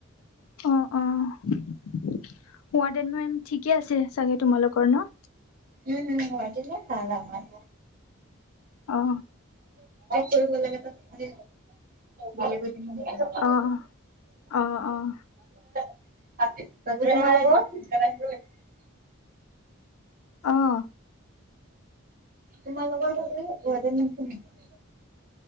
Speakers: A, on the left; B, on the right.
A: অ ৱাৰ্ডেন মেম ঠিকে আছে চাগে তোমালোকৰ ন
B: উম ৱাৰ্ডেন মেম ভাল আমাৰ
A: অ
B: কৰিব লাগে তাত মানে ইমান বাকী
A: অহ অহ অহ
B: <unintelligible> <unintelligible>
A: অ
B: তোমালোকৰ ৱাৰ্ডেন মেম কেনেকুৱা